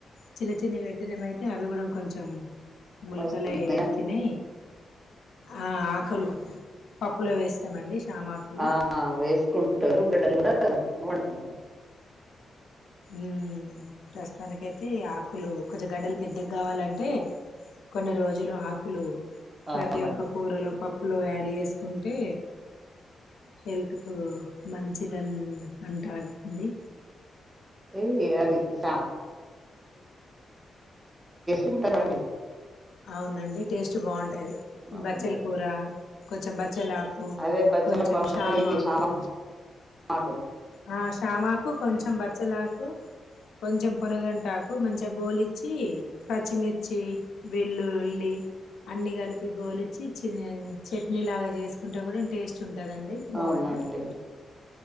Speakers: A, on the left; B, on the right.
A: చిన్న చిన్నవి పెట్న అయితే అవి కూడా కొంచెం ములగాలా
B: వస్తున్నాయా
A: ఎతేన్నా ఆ ఆకలు పప్పులో వేస్తామండి శ్యామాకులు
B: ఆ వేసుకుంటారు బిడ్డలు కూడా వాడుకుంటారు
A: ఉ ప్రస్తుతాననికియితే ఆకులు కొంచె గడ్డలు పెద్దగా కావాలంటే కొన్ని రోజులు ఆకులు
B: అవునండి
A: ప్రతి ఒక్క కూరలో పప్పు లు యాడ్ చేసుకుంటే హెల్త్కు మంచిదని అంటారండి
B: ఏయ్ అది స <inaudible> కుంటారాండి
A: అవునండి టేస్ట్ బాగుంటాది
B: బాగుంటది
A: బచ్చల కూర కొంచెం బచ్చెలాకు
B: అదే బచ్చలకు
A: కొంచెం
B: బాగుంటది
A: ష్యామాకు
B: ఇది సామా ఆకు
A: ఆ ష్మ మాకు కొంచెం బచ్చలాకు కొంచెం పొనగంట టాకు మంచిగా గోల్ ఇచ్చి ఇ పచిమిర్చి వెల్లుల్లి అన్నిీ కలిపి గోలిచ్చి చట్నీ లాగా చేసుకుంటే కూడా టేస్ట్ ఉంటుంది కదండి బావుంటది
B: అవునండి